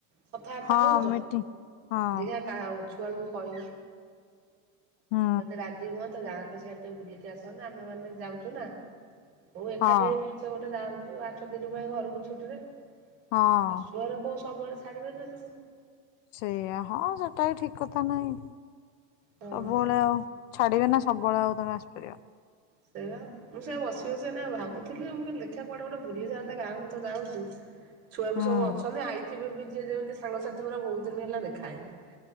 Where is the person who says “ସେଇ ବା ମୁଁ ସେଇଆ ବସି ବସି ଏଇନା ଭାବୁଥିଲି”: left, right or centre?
Right